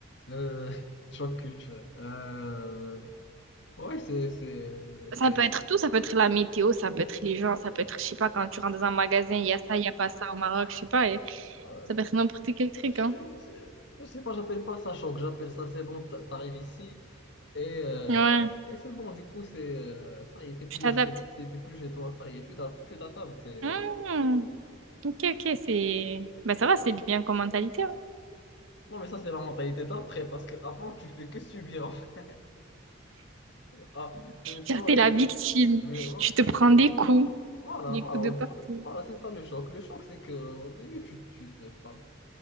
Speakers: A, on the left; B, on the right.
A: euh, <laughs> choc culturel. Euh, ouais, c'est, c'est, c'est.
B: Ça peut être tout, ça peut être la météo, ça peut être les gens, ça peut être je sais pas quand tu rentres dans un magasin, il
A: oh,
B: y a ça, il y a pas ça au Maroc, je sais pas. et
A: euh,
B: Ça peut être n'importe quel truc
A: je,
B: hein.
A: c'est- je sais pas, j'appelle pas ça choc, j'appelle ça c'est bon, t'a- t'arrives ici et, euh,
B: Ouais,
A: et c'est bon. Du coup, c'est euh, ça, y est, t'es plus,
B: tu t'adaptes.
A: t'es, t'es- t'es plus chez toi, ça y est, tu t'a- tu t'attapes. t'es-
B: Hmm,
A: ouais.
B: Ok, ok, c'est... Bah ça va, c'est bien comme mentalité. Hein.
A: Non, mais ça c'est la mentalité d'après, parce qu'avant tu fais que subir. <laughs> Ah, euh, tu
B: Genre,
A: vois,
B: t'es
A: c'est
B: la
A: ça.
B: victime,
A: Mais ouais.
B: tu te prends des coups.
A: Voilà,
B: Des
A: voilà,
B: coups
A: au-
B: de partout.
A: au- voilà, c'est ça le choc. Le choc, c'est que au début, tu, tu te. Voilà,